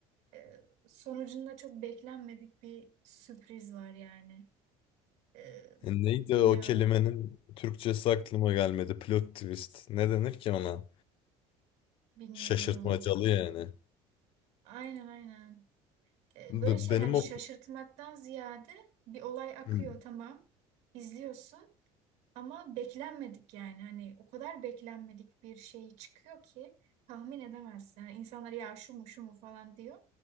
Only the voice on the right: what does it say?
e, sonucunda çok beklenmedik bir sürpriz var yani. Ee,
bilmiyorum,
bilmiyorum.
Aynen aynen. Ee,
böyle şey
hani şaşırtmaktan
ziyade bir olay akıyor
tamam. İzliyorsun. Ama beklenmedik yani hani o kadar beklenmedik bir şey çıkıyor ki tahmin edemezsin. Yani insanlar ya şu mu şu mu falan diyor